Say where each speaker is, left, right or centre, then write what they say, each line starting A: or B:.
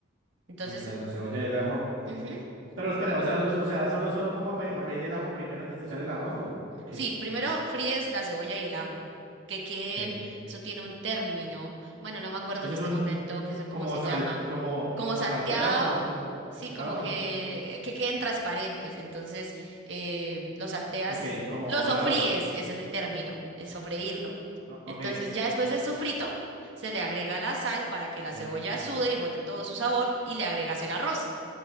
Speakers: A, on the right (about 65°); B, on the right (about 80°).
A: Entonces,
B: O sea, la cebolla y el ajo. o-
A: ujú,
B: Pero espera, o sea, o, o sea, solo, solo pongo a, pe- a freír el ajo primero antes de echar el arroz o, o qué?
A: Sí, primero fríes la cebolla y el ajo, que queden,
B: Sí.
A: eso tiene un término, bueno, no me acuerdo
B: Eso
A: en este
B: es un
A: momento que se- cómo
B: como
A: se
B: sal,
A: llama,
B: como,
A: como
B: como
A: salteado,
B: salteado, como, como confitado,
A: sí, como que,
B: no sé.
A: que queden transparentes, entonces eh, los salteas,
B: Ok, como
A: los
B: dorados.
A: sofríes, ese es el término, el sofreírlo.
B: Ah, Ok,
A: Entonces ya después del sofrito, se le agrega la sal para que la
B: sí.
A: cebolla sude y bote todo su sabor y le agregas el arroz